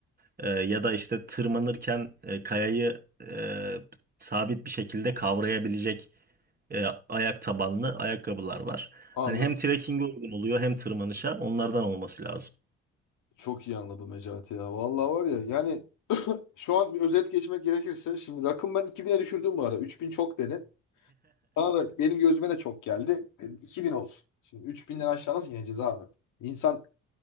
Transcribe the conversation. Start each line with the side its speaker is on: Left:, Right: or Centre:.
Right: E, ya da işte tırmanırken e, kayayı e, sabit bir şekilde kavrayabilecek e, ayak tabanlı ayakkabılar var.
Left: Anladım.
Right: Hani hem trekkinge uygun oluyor hem tırmanışa onlardan olması lazım.
Left: Çok iyi anladım Necati ya. Vallahi var ya yani şu an bir özet geçmek gerekirse şimdi rakım ben 2000'e düşürdüm bu arada. 3000 çok dedi. Bana da benim gözüme de çok geldi. E, 2000 olsun. Şimdi 3000'den aşağı nasıl ineceğiz abi? İnsan